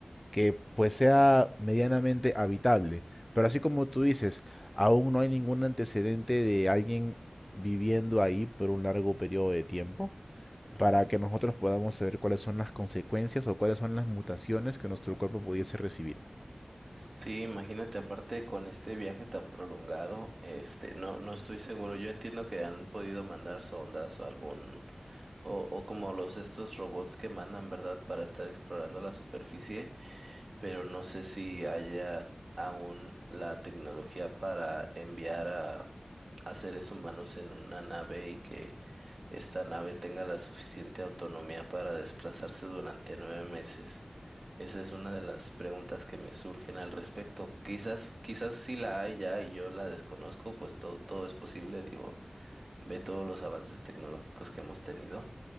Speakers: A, on the left (about 15°); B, on the right (about 70°).
A: que pues sea medianamente habitable. Pero así como tú dices, aún no hay ningún antecedente de alguien viviendo ahí por un largo periodo de tiempo para
B: ujú.
A: que nosotros podamos saber cuáles son las consecuencias o cuáles son las mutaciones que nuestro cuerpo pudiese recibir.
B: Sí, imagínate, aparte con este viaje tan prolongado, este, no, no estoy seguro. Yo entiendo que han podido mandar sondas o algún, o, o como los estos robots que mandan, ¿verdad? Para estar explorando la superficie, pero no sé si haya aún la tecnología para enviar a, a seres humanos en una nave y que esta nave tenga la suficiente autonomía para desplazarse durante nueve meses. Esa es una de las preguntas que me surgen al respecto. Quizás, quizás sí la hay ya y yo la desconozco, pues todo, todo es posible, digo, ve todos los avances tecnológicos que hemos tenido.